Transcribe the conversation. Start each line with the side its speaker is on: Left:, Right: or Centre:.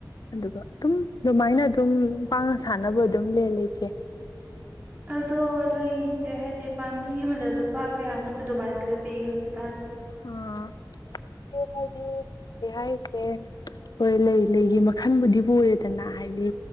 Left: ꯑꯗꯨꯒ ꯑꯗꯨꯝ ꯑꯗꯨꯃꯥꯏꯅ ꯑꯗꯨꯝ ꯄꯥꯡꯅ ꯁꯥꯟꯅꯕ ꯑꯗꯨꯝ ꯂ ꯂꯩꯆꯦ
Right: ꯑꯗꯣ ꯂꯩꯁꯦ ꯍꯥꯏꯗꯤ ꯄꯥꯝꯕꯤ ꯑꯃꯗ ꯂꯨꯄꯥ ꯀꯌꯥꯃꯨꯛ ꯑꯗꯨꯃꯥꯏꯅꯒ ꯄꯤꯒꯦ ꯍꯧꯖꯤꯛ
Left: ꯑꯥ ꯦ ꯍꯥꯏꯗꯤ ꯂꯩ ꯍꯥꯏꯔꯤꯁꯦ ꯑꯩꯈꯣꯏ ꯂꯩ ꯂꯩꯒꯤ ꯃꯈꯜꯕꯨꯗꯤ ꯄꯨꯔꯦꯗꯅ ꯍꯥꯏꯗꯤ